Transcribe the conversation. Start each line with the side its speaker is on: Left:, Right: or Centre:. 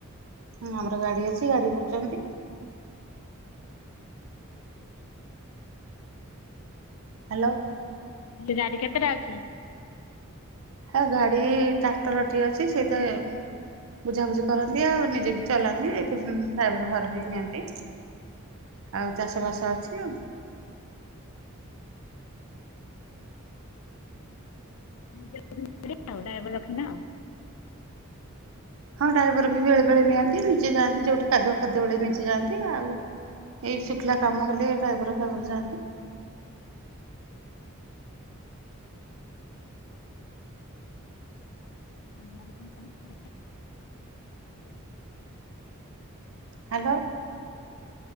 Right: ହଁ ଆମର ଗାଡି ଅଛି। ଗାଡି ବୁଝୁଚନ୍ତି। ହାଲୋ।
Left: ତ ଗାଡି କେତେଟା ଅଛି?
Right: ହେ ଗାଡି ଟ୍ରାକ୍ଟର୍ ଟିଏ ଅଛି। ସେଇତାଏ ବୁଝାାବୁଝି କରନ୍ତି ଆଉ ନିଜେ ବି ଚଲାନ୍ତି ଏ ଫିଜି ଉଁ, ଡ୍ରାଇଭର୍ ଘର ବି ନିଅନ୍ତି। ଆଉ ଚାଷ ବାସ ଅଛି ଆଉ।
Left: <inaudible> ଆଉ ଡ୍ରାଇଭର୍ ରଖିନ ଆଉ।
Right: ହଁ ଡ୍ରାଇଭର ବି ବେଳେ ବେଳେ ନିଅନ୍ତି ନିଜେ ଯାଆନ୍ତି। ଯୋଉଠି କାଦୁଅ ଫାଦୁଅ ବେଳେ ନିଜେ ଯାଆନ୍ତି। ଆଉ ଏଇ ଶୁଖିଲା କାମ ହେଲେ ଡ୍ରାଇଭର୍ ଫାଇଭର ଯାଆନ୍ତି।
Left: <inaudible> <inaudible>
Right: ହାଲୋ।